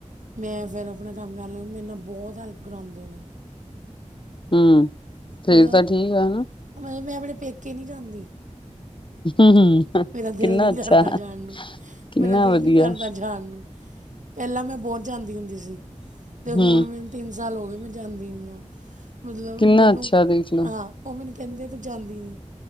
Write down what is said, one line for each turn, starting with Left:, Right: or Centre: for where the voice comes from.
Right: ਮੈਂ ਫਿਰ ਆਪਣਾ ਕੰਮ ਕਰ ਲਿਆ ਮੇਰੇ ਨਾਲ ਬਹੁਤ ਹੈਲਪ ਕਰਾਉਦੇ ਨੇ।
Left: ਹੂੰ, ਫੇਰ
Right: ਮਤਲਬ
Left: ਤਾਂ ਠੀਕ ਆ ਹਨਾ।
Right: ਮਤਲਬ ਮੈਂ ਆਪਣੇ ਪੇਕੇ ਨੀ ਜਾਂਦੀ।
Left: <inaudible>
Right: ਮੇਰਾ ਦਿਲ
Left: ਕਿੰਨਾ
Right: ਨੀ
Left: ਅੱਛਾ
Right: ਕਰਦਾ ਜਾਣ ਨੂੰ,
Left: ਕਿੰਨਾ
Right: ਮੇਰਾ ਦਿਲ
Left: ਵਧੀਆ
Right: ਨੀ ਕਰਦਾ ਜਾਣ ਨੂੰ ਪਹਿਲਾਂ ਮੈਂ ਬਹੁਤ ਜਾਂਦੀ ਹੁੰਦੀ ਸੀ, ਤੇ ਹੁਣ
Left: ਹੂੰ
Right: ਮੈਨੂੰ ਤਿੰਨ ਸਾਲ ਹੋ ਗਏ ਮੈਂ ਜਾਂਦੀ ਨੀ ਆ। ਮਤਲਬ
Left: ਕਿੰਨਾ
Right: ਮੈਨੂੰ
Left: ਅੱਛਾ ਦੇਖਲੋ
Right: ਹਾਂ। ਉਹ ਮੈਨੂੰ ਕਹਿੰਦੇ ਤੂੰ ਜਾਂਦੀ ਨੀ,